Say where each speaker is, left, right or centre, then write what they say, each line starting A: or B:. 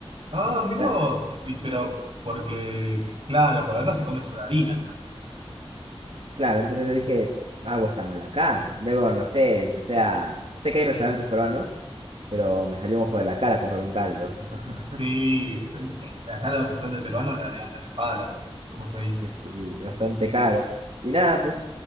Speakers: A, on the right; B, on the right.
A: Ah, mirá
B: Era
A: vos.
B: como-
A: Y- Pero porque, claro, porque acá se come solarina.
B: Claro, entonces dije, algo está mal acá. Luego, no sé, empecé a... Sé que hay restaurantes peruanos pero me salió un ojo de la cara comprarme un caldo. <laughs>
A: Sí, es- eh, acá los restaurantes peruanos la levantan en pala, como se dice.
B: Sí, sí, bastante caro. Y nada, pues